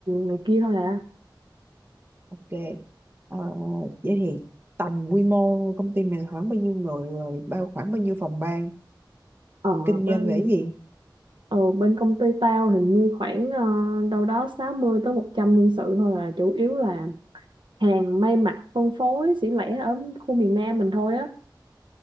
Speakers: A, on the right (about 75°); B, on the right (about 25°).
A: này kia thôi à
B: Ok. Ờ, vậy thì tầm quy mô công ty mình khoảng bao nhiêu người rồi bao khoảng bao nhiêu phòng ban
A: ở
B: kinh
A: bên
B: doanh về cái gì?
A: ở bên công ty tao hình như khoảng ờ, đâu đó 60 tới 100 nhân sự thôi à chủ yếu là hàng may mặc phân phối xỉ lẻ ở khu miền Nam mình thôi á